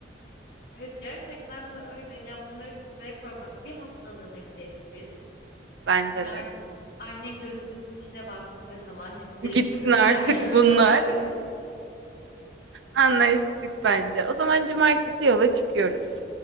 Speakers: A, on the left; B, on the right.
A: Evet gerçekten de öyle. Ya bunları bir sıraya koymak. Bir haftalığına gidelim biz.
B: Bence
A: Hani artık
B: de.
A: annen gözümüzün içine baksın ne zaman <laughs> gideceksiniz
B: Gitsin artık
A: der gibi
B: bunlar.
A: böyle.
B: Anlaştık bence. O zaman cumartesi yola çıkıyoruz.